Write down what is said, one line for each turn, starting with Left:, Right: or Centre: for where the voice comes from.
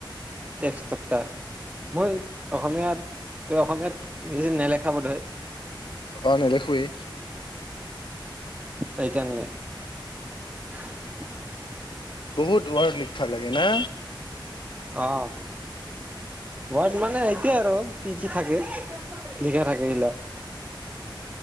Right: এক সপপ্তাহ মই অসমীয়াত ত অসমীয়াত বেছি নেলেখা বোধয়
Left: অ নেদেখোয়েই
Right: সেইকাৰণে <unintelligible>
Left: বহুত ৰয়েলি ভাল লাগে না।
Right: অ ঘট মানে সেইতি আৰু কি কি থাকে, লিখা থাকে এইিলাক